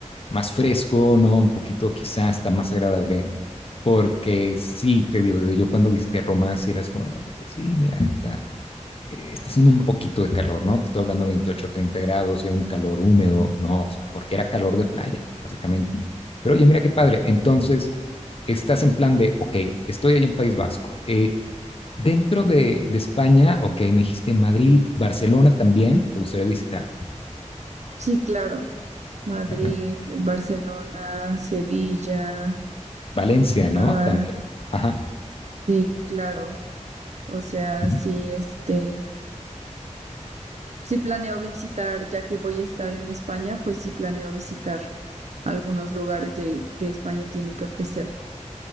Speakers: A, on the left (about 50°); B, on the right (about 65°).
A: más fresco, ¿no? Un poquito quizás hasta más agradable, porque sí, te digo, yo cuando visité Roma, sí era así como, "Oye, pues sí, mira, está, eh, está haciendo un poquito de calor, ¿no? Te estoy hablando de 28, 30 grados, y era un calor húmedo, ¿no? O sea, porque era calor de playa, básicamente. Pero oye, mira qué padre, entonces estás en plan de, ok, estoy ahí en País Vasco, eh, Dentro de, de España, ok, me dijiste Madrid, Barcelona también, te gustaría visitar.
B: Sí, claro, Madrid,
A: También.
B: Barcelona, Sevilla,
A: Valencia, ¿no?
B: ah,
A: También. Ajá.
B: sí, claro, o sea,
A: Ujú.
B: sí, este... Si planeo visitar, ya que voy a estar en España, pues sí planeo visitar algunos lugares de que España tiene que ofrecer.